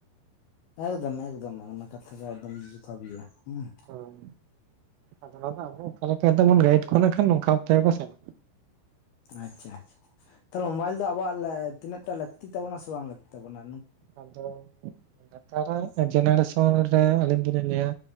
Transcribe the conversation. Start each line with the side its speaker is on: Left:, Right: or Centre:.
Left: ᱮᱠᱫᱚᱢ ᱮᱠᱫᱚᱢ ᱚᱱᱟ ᱠᱟᱛᱷᱟ ᱫᱚ ᱮᱠᱫᱚᱢ ᱡᱚᱛᱷᱟᱛ ᱜᱤᱭᱟ ᱾ ᱦᱩᱸ
Right: ᱦᱚᱸ ᱟᱫᱚ ᱚᱱᱟ ᱫᱚ ᱟᱵᱚ ᱚᱠᱟ ᱞᱮᱠᱟ ᱫᱚᱵᱚᱱ ᱜᱟᱹᱭᱤᱰ ᱠᱚ ᱠᱷᱟᱱ ᱱᱚᱝᱠᱟ ᱛᱮ ᱜᱮ ᱵᱚ ᱥᱮᱱᱚᱜ-ᱟ
Left: ᱟᱪᱪᱷᱟ ᱟᱪᱪᱷᱟ ᱛᱟᱦᱚᱞᱮ ᱢᱳᱵᱟᱭᱤᱞ ᱫᱚ ᱟᱵᱚᱣᱟᱜ ᱛᱤᱱᱟᱹᱜ ᱴᱟ ᱞᱟᱹᱠᱛᱤ ᱛᱟᱵᱚᱱᱟ ᱥᱮ ᱵᱟᱝ ᱞᱟᱹᱠᱛᱤ ᱛᱟᱵᱚᱱᱟ
Right: ᱟᱫᱚ ᱵᱟᱜ ᱡᱮᱱᱮᱲ ᱥᱚ ᱨᱮ ᱟᱹᱞᱤᱧ ᱞᱟᱹᱭᱟ